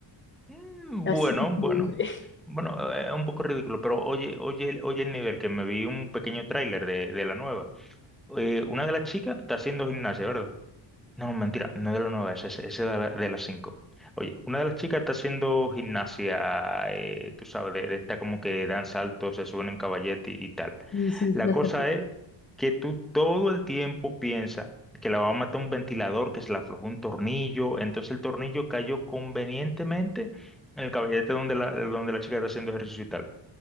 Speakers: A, in the centre; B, on the left.
A: Mm,
B: Así
A: Bueno,
B: de pobre.
A: bueno,
B: <laughs>
A: bueno, eh, es un poco ridículo, pero oye, oye, el- oye el nivel, que me vi un pequeño tráiler de, de la nueva. Eh, una de las chicas está haciendo gimnasia, ¿verdad? No, no, mentira, no de las nueve, ese, ese de, la- de las cinco. Oye, una de las chicas está haciendo gimnasia, eh, tú sabes, de, de esta como que dan saltos, se suben en caballete y, y tal.
B: Y sí,
A: La
B: fue una
A: cosa
B: cerda.
A: es que tú todo el tiempo piensas que la va a matar un ventilador, que se le aflojó un tornillo, entonces el tornillo cayó convenientemente en el caballete donde la, donde la chica está haciendo ejercicio y tal.